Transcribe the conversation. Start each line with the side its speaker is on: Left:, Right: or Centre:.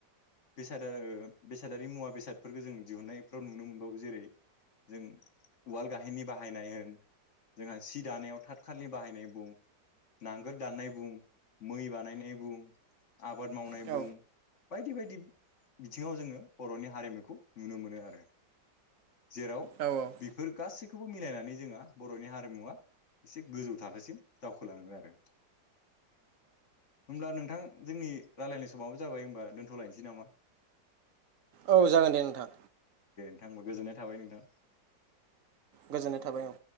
Left: बेसादा ओ बेसादारि मुवा बेसादफोरखो जों दिहुनन्नायफ्राव नुनो मोनबावो जेरै- जों उवाल गाहेननि बाहायनाय होन जोंहा सि दानायाव थाथखालनि बाहायनाय बुं नांगोल दाननाय बुं मै बानायनाय बुं आबाद मावनाय
Right: औ
Left: बुं बायदि बायदि बिथिङाव जोंङो बर'नि हारिमुखौ नुनो मोनो आरो जेराव
Right: औ औ
Left: बेफोर गासै खौबो मिलायनानै जोंहा बर'नि हारिमुवा एसे गोजौ थाखोसिम दावखोलाङो आरो। होमब्ला नोंथां। जोंनि रालायनाय समाबो जाबाय होमबा दोन्थ'लायनोसै नामा?
Right: औ जागोन दे नोंथां।
Left: आंबो गोजोननाय थाबाय नोंथां।
Right: गोजोननाय थाबाय औ।